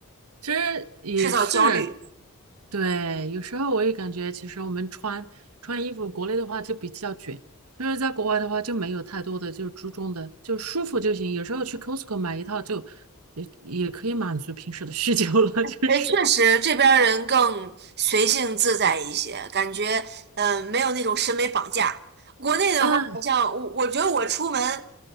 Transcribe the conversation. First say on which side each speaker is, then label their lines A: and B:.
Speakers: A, on the right; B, on the right.
A: 其实也是，
B: 制造焦虑。
A: 对，有时候我也感觉，其实我们穿穿衣服，国内的话就比较卷，就是在国外的话就没有太多的就是注重的，就舒服就行。有时候去 Costco 买一套就也也可以满足平时的需求了，就是，
B: 哎，确实这边儿人更随性自在一些，感觉嗯、呃没有那种审美绑架。国内的话，
A: 嗯
B: 好像我我觉得我出门，